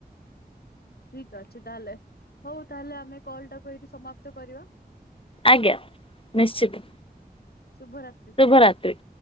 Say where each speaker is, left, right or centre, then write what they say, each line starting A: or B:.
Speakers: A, on the left; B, on the left.
A: ଠିକ ଅଛି ତାହେଲେ, ହଉ ତାହେଲେ ଆମେ କଲ୍ ଟାକୁ ଏଇଠି ସମାପ୍ତ କରିବା।
B: ଆଜ୍ଞା ନିଶ୍ଚିତ,
A: ଶୁଭରାତ୍ରି।
B: ଶୁଭରାତ୍ରି।